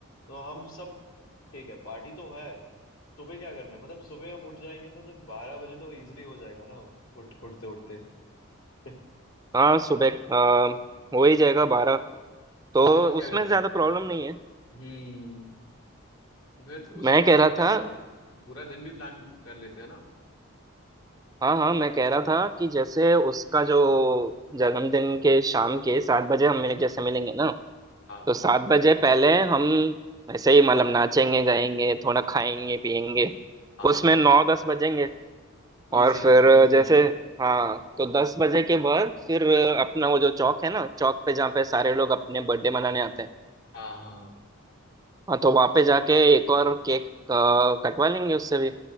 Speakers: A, on the left (about 75°); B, on the right (about 15°).
A: तो हम सब ठीक है पार्टी तो है सुबह क्या करना है मतलब सुबह हम उठ जाएंगे तो मतलब बारह बजे तो इजीली हो जाएगा ना उठ उठते उठते <laughs>
B: हाँ सुबह अ, हो ही जाएगा बारह तो
A: उसके बाद क्या
B: उसमें
A: करना
B: ज्यादा
A: है
B: प्रॉब्लम नहीं है
A: हम्म फिर उसके
B: मैं
A: बाद
B: कह
A: हम
B: रहा
A: क्या
B: था
A: पूरा दिन भी प्लान कर लेते हैं ना
B: हाँ हाँ मैं कह रहा था कि जैसे उसका जो जन्मदिन के शाम के सात बजे हम मिले जैसे मिलेंगे ना
A: हाँ
B: तो सात बजे पहले हम ऐसे ही मतलब नाचेंगे गाएंगे थोड़ा खाएंगे पिएंगे
A: हाँ
B: उसमें
A: हाँ
B: नौ
A: हाँ
B: दस बजेंगे
A: Easily
B: और फिर
A: easily
B: जैसे हाँ तो दस बजे के बाद फिर अपना वो जो चौक है ना चौक पे जहाँ पे सारे लोग अपने बर्थडे मनाने आते हैं
A: हाँ हाँ
B: हाँ तो वहाँ पे जाके एक और केक अ, कटवा लेंगे उससे भी